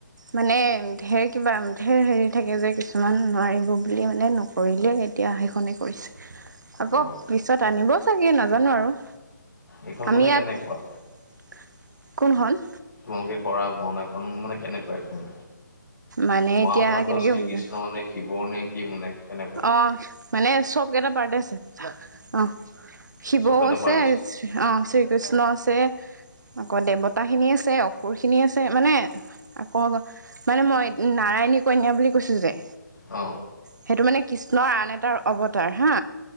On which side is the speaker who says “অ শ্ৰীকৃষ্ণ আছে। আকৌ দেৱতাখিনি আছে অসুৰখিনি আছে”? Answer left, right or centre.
Right